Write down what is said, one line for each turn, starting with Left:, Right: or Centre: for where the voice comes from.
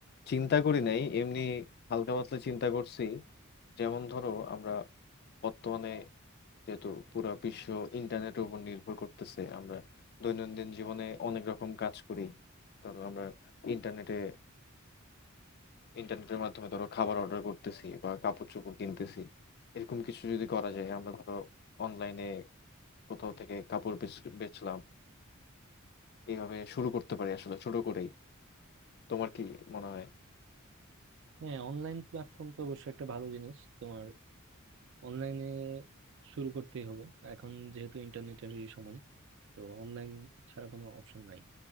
Left: চিন্তা করি নাই এমনি হালকা পাতলা চিন্তা করছি যেমন ধরো আমরা বর্তমানে যেহেতু পুরো বিশ্ব ইন্টারনেটের উপর নির্ভর করতেছে আমরা দৈনন্দিন জীবনে অনেক রকম কাজ করি ধরো আমরা ইন্টারনেটে ইন্টারনেটের মাধ্যমে ধরো খাবার অর্ডার করতেছি বা কাপড় চোপড় কিনতেছি এরকম কিছু যদি করা যায় আমরা ধরো অনলাইনে কোথাও থেকে কাপড় বেচ- বেচলাম এইভাবে শুরু করতে পারি আসলে ছোট করেই তোমার কি মনে হয়
Right: হ্যাঁ অনলাইন প্ল্যাটফর্ম তো অবশ্যই একটা ভালো জিনিস তোমার অনলাইনে শুরু করতেই হবে এখন যেহেতু ইন্টারনেটের সময় তো অনলাইন ছাড়া কোনো অপশন নাই